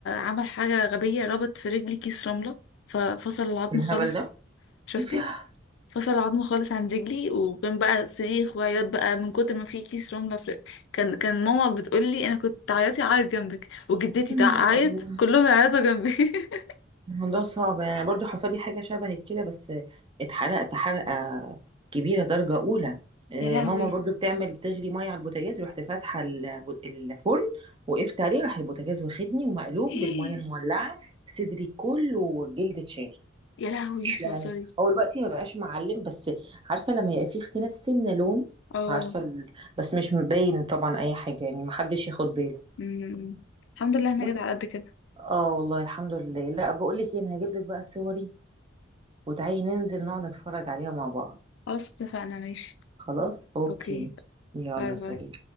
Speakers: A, on the left; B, on the right.
A: عمل حاجة غبية ربط في رجلي كيس رملة ففصل العظم
B: الهبل
A: خالص
B: ده
A: شفتي
B: إيه ده؟
A: فصل عظمه خالص عن رجلي وكان بقى صريخ وعياط بقى من كتر ما في كيس رمله في كان كان ماما بتقول لي انا كنت تعيطي اعيط جنبك وجدتي
B: يا
A: تعيط
B: أبوي
A: كلهم يعيطوا جنبي <laughs>
B: الموضوع صعب يعني برضو حصل لي حاجة شبه كده بس اتحرقت حرقة كبيرة درجة أولى آه،
A: يا لهوي
B: ماما برضو بتعمل بتغلي مية على البوتاجاز رحت فاتحة الب- الفرن وقفت عليه راح البوتاجاز واخدني ومقلوب
A: <gasps>
B: بالمية المولعة صدري كله والجلد اتشال
A: يا لهوي بتهزري
B: يعني هو دلوقتي ما بقاش معلم بس عارفة لما يبقى في اختلاف سن لون
A: اه
B: عارفة ال... بس مش مبين طبعا أي حاجة يعني محدش ياخد باله
A: أمم. الحمد لله انا
B: بس
A: جيت على قد كده
B: اه والله الحمد لله لا بقول لك ايه انا هجيب لك بقى صوري وتعالي ننزل نقعد نتفرج عليها مع بعض
A: خلاص اتفقنا ماشي
B: خلاص اوكي
A: اوكي
B: يلا
A: باي باي
B: سلام